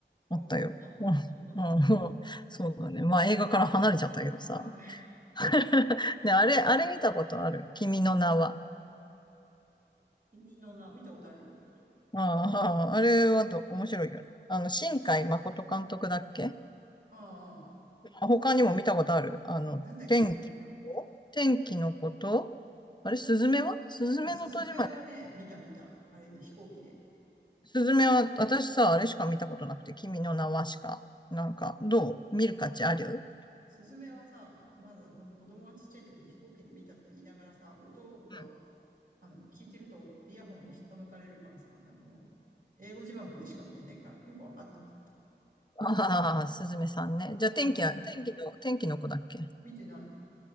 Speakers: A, on the right; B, on the left.
A: ああ、
B: あったよ。
A: あったんだ。
B: うん、
A: そんな。
B: うん、そうだね。まあ映画から離れちゃったけどさ。
A: ああ、
B: <laughs> ね、
A: うん。
B: あれ、あれ見たことある君の名は。
A: 君の名、見たことあるよ。
B: うん、あれはど、面白いよね。あの、新海誠監督だっけ
A: ああ、ああ
B: あ他にも見たことあるあの、
A: なんだっけ、
B: 天気を天気のこと、
A: あの、なんか、
B: あれ、スズメはスズメの戸締まり。
A: まあ、スズメはね、見た見た。あれで飛行機で。
B: スズメは、私さ、あれしか見たことなくて、君の名はしか。なんか、どう見る価値ある
A: スズメはさ、まだほんと子供がちっちゃい時に飛行機で見たって言いながらさ、音が、
B: うん。うん
A: あの、聞いてるとイヤホンを引っこ抜かれるからさ、なんかもう、英語字幕でしか見てないから、よくわかんなかっ
B: ああー、すずめさんね。じゃあ、
A: た。うん。
B: 天気は、天気の、天気の子だっけ
A: 見てない。